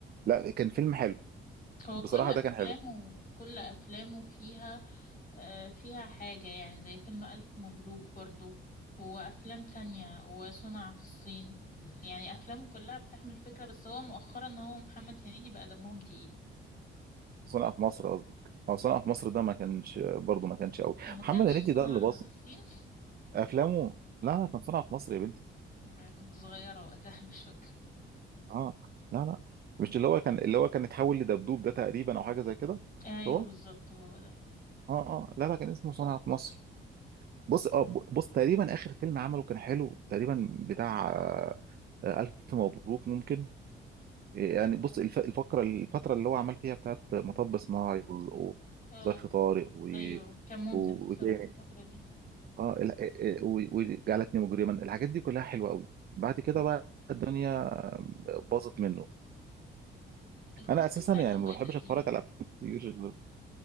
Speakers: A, on the right (about 50°); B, on the left (about 45°).
A: لا كان فيلم حلو
B: هو
A: بصراحة
B: كل افلامه
A: ده كان حلو
B: كل افلامه فيها آه، فيها حاجة يعني زي فيلم ألف مبروك برضو وأفلام تانية وصنع في الصين يعني أفلام كلها بتحمل فكرة بس هو مؤخرا إن هو محمد هنيدي بقى دمهم تقيل
A: صنع في مصر قصدي او صنع في مصر ده ما كانش برضه ما كانش قوي
B: هو ما كانش
A: محمد هنيدي
B: صنع
A: ده اللي بص
B: آه، في الصين
A: افلامه لا لا كان صنع في مصر يا بنتي
B: آه، كنت صغيرة وقتها <laughs> مش فاكرة
A: اه لا لا مش اللي هو كان اللي هو كان اتحول لدبدوب ده تقريبا او حاجه زي كده
B: أيوه
A: مش هو
B: بالظبط هو ده
A: اه اه لا لا كان اسمه صنع في مصر بص اه ب- بص تقريبا اخر فيلم عمله كان حلو تقريبا بتاع آه، الف مبروك ممكن يعني
B: اه
A: بص الف- الفقره الفتره اللي هو عمل فيها بتاعت مطب صناعي و-
B: اه
A: وظرف طارق و
B: أيوه كان مبدع
A: و-
B: بصراحة
A: وتاني
B: الفترة دي
A: اه ال- آه، آه، و- وجعلتني مجرما الحاجات دي كلها حلوه قوي بعد كده
B: اه
A: بقى الدنيا باظت منه
B: الكوميديا
A: انا اساسا
B: بتاعتهم
A: يعني ما
B: بقت
A: بحبش
B: قديمة
A: اتفرج على افلام كتير غير-